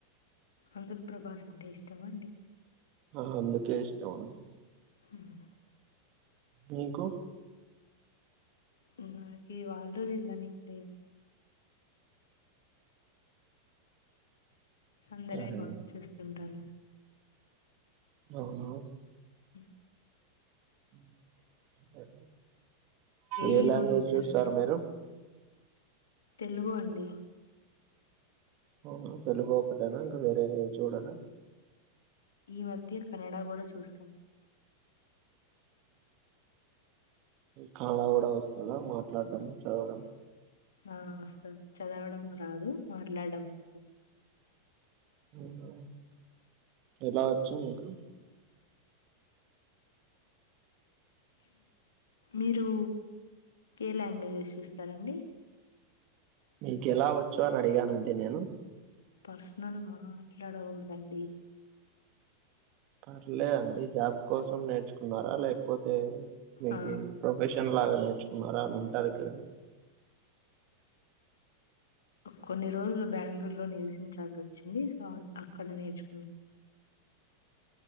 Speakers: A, on the left; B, on the right.
A: అందుకు ప్రభాస్ అంటే ఇష్టమా అండి
B: ఆ అందుకే ఇష్టం అండి
A: మ్మ్
B: మీకు
A: మ్మ్ నాకి వాళ్ళు వీళ్ళు అనేం లేదండి అందరీవి
B: సరే
A: బాగా చూస్తుంటాను
B: అవును
A: ఉమ్
B: <unintelligible> ఏ
A: హీరోయిన్స్
B: లాంగ్వేజ్ చూస్తారు
A: అంటే
B: మీరు
A: తెలుగు అండి
B: అవును తెలుగు ఒకటేనా ఇంకా వేరే చూడరా
A: ఈ మధ్య కనడా కూడా చూస్తాం
B: కన్నడ కూడా వస్తుందా మాట్లాడడం చదవడం
A: ఆ వస్తుంది చదవడం రాదు మాట్లాడడం వస్తుంది
B: అవునా ఎలా వచ్చు మీకు
A: మీరు ఏ లాంగ్వేజెస్ చూస్తారండి
B: మీకు ఎలా వచ్చో అని అడిగానండి నేను
A: పర్సనల్ మాట్లాడకూడదండి
B: పర్లేదండి జాబ్ కోసం నేర్చుకున్నారా లేకపో కపోతే మీకు
A: ఆ
B: ప్రొఫెషన్ లాగానే ర్చుకున్నారా అని ఉంటది కదా
A: కొన్ని రోజులు బెంగళూరులో నివసించాల్సి వచ్చింది సో అక్కడ నేర్చుకున్నాం